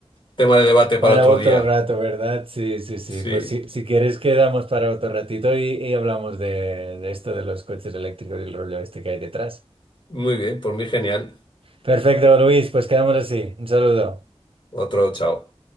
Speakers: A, on the left; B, on the right.
A: tema de debate para
B: Para
A: otro
B: otro
A: día.
B: rato, ¿verdad? Sí, sí, sí.
A: Sí,
B: Pues si, si quieres quedamos para otro ratito y, y hablamos de, de esto de los coches eléctricos y el rollo este que hay detrás.
A: muy bien, por mí genial.
B: Perfecto, Luis, pues quedamos así. Un saludo.
A: Otro chao.